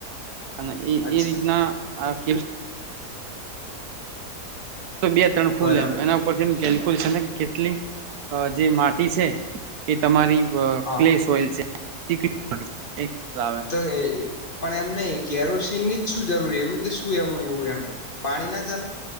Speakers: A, on the right; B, on the left.
A: અને
B: અચ્છા
A: એ રીતના આ કે તો બે ત્રણ ફૂલ
B: બરાબર
A: એમ એના ઉપરથી કેલ્ક્યુલેશન કે કેટલી જે માટી છે એ તમારી
B: હા
A: ક્લે
B: હા
A: સોઇલ છે આવે
B: તો પણ એમ નહી કેરોસીન ની શું જરૂરી એવું શું એમ એવું એમ પાણી ના ચાલે?